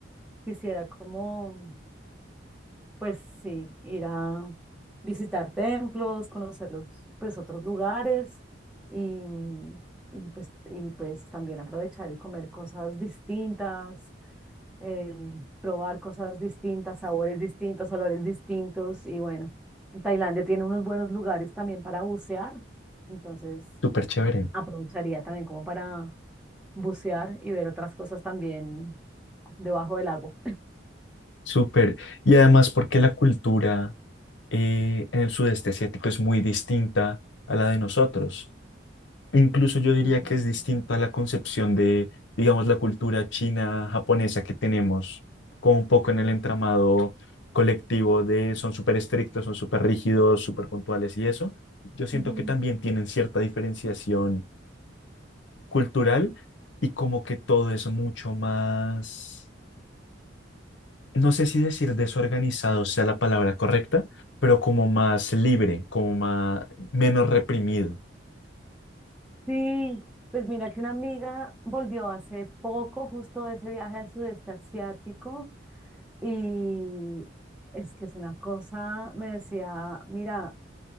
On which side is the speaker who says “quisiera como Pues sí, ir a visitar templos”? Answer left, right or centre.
Centre